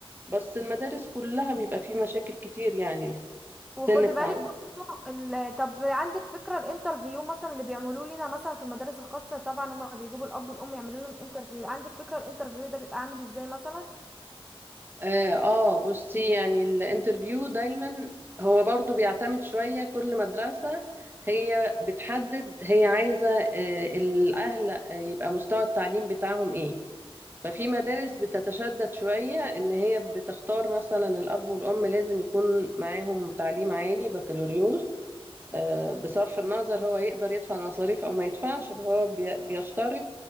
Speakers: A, on the right; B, in the centre.
A: بس المدارس كلها بيبقى فيه مشاكل كتير يعني
B: وخدي
A: السن بتاع
B: بالك برضو ال... طب عندك فكرة الانترفيو مثلا اللي بيعملوه لنا مثلا في المدارس الخاصة طبعا هما بيجيبوا الأب والأم يعملوا لهم انترفيو عندك فكرة الانترفيو ده بيبقى عامل ازاي مثلا
A: اه آه، بصي يعني الانترفيو دايما هو برضو بيعتمد شوية كل مدرسة هي بتحدد هي عايزة آه، الأهل آه، يبقى مستوى التعليم بتاعهم ايه ففي
B: مم.
A: مدارس بتتشدد شوية إن هي بتختار مثلا الأب والأم لازم يكون معاهم تعليم عالي بكالوريوس آه،
B: مم.
A: بصرف النظر هو يقدر يدفع المصاريف أو ما يدفعش فهو بي- بيشترط